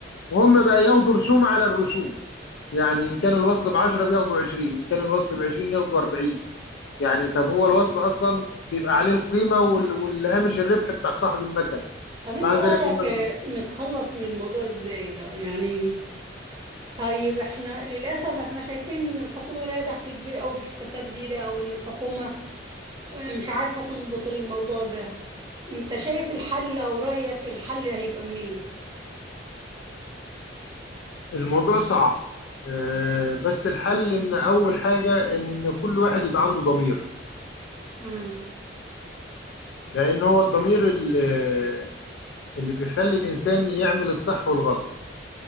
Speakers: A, on the left; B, on the right.
A: وهم بقى ياخدوا رسوم على الرسوم يعني ان كان الوصل ب 10 بياخدوا 20 ان كان الوصل ب 20 ياخدوا 40 يعني طب هو الوصل اصلا بيبقى عليه القيمه وال- والهامش الربح بتاع صاحب المكن
B: طب
A: ومع
B: أنت رأيك
A: ذلك هم بي...
B: آه، نتخلص من الموضوع إزاي ده يعني طيب احنا للأسف احنا شايفين ان الحكومة لها دخل كبير قوي في الفساد دي ده او ان الحكومة آه، مش عارفة تظبط الموضوع ده انت شايف الحل او رأيك الحل هيبقى منين
A: الموضوع صعب آه، بس الحل ان اول حاجه ان كل واحد يبقى عنده ضمير
B: امم
A: لان هو الضمير ال- اللي بيخلي الانسان يعمل الصح والغلط